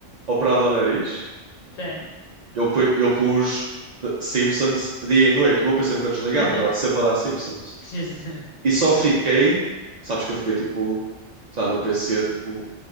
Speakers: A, on the right; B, on the left.
A: operado ao nariz,
B: Sim.
A: eu, pu- eu pus The Simpsons dia e noite. O meu PC nunca desligava,
B: <laughs>
A: estava sempre a dar Simpsons.
B: Jesus.
A: E só fiquei, sabes que eu fiquei tipo, sabe, no PC tipo